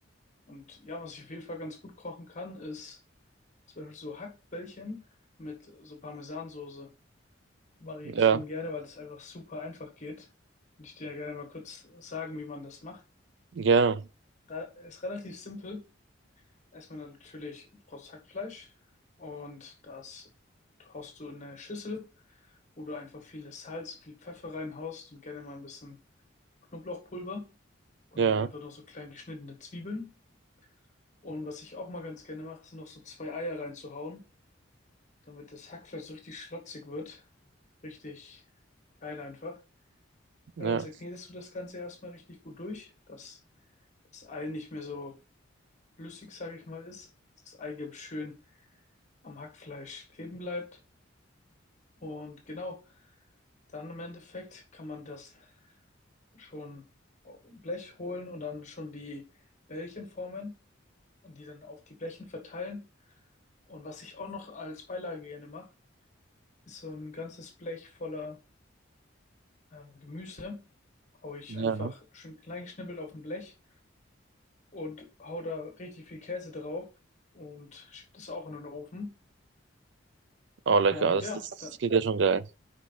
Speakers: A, on the left; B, on the right.
A: Und ja, was ich auf jeden Fall ganz gut kochen kann, ist zum Beispiel so Hackbällchen mit so Parmesansoße. Die mache ich
B: Ja,
A: extrem gerne, weil das einfach super einfach geht. Und ich dir ja gerne mal kurz sagen, wie man das macht.
B: gerne,
A: Re- Ist relativ simpel. Erstmal natürlich, du brauchst Hackfleisch und das haust du in eine Schüssel, wo du einfach viel Salz, viel Pfeffer reinhaust und gerne mal ein bisschen Knoblauchpulver und
B: ja.
A: dann einfach noch so klein geschnittene Zwiebeln. Und was ich auch mal ganz gerne mache, sind noch so zwei Eier reinzuhauen, damit das Hackfleisch so richtig schlotzig wird. Richtig geil einfach.
B: Ja,
A: Ja, dann segnetest du das Ganze erstmal richtig gut durch, dass das Ei nicht mehr so flüssig, sage ich mal, ist. Dass Das Eigelb schön am Hackfleisch kleben bleibt. Und genau, dann im Endeffekt kann man das schon auf ein Blech holen und dann schon die Bällchen formen und die dann auf die Blechen verteilen. Und was ich auch noch als Beilage gerne mache, ist so ein ganzes Blech voller ähm, Gemüse. Hau ich
B: ja.
A: einfach schön klein geschnippelt auf ein Blech und hau da richtig viel Käse drauf und schieb das auch in den Ofen.
B: Oh, lecker.
A: Und
B: Das,
A: ja,
B: ist, das
A: dann
B: klingt ja schon geil.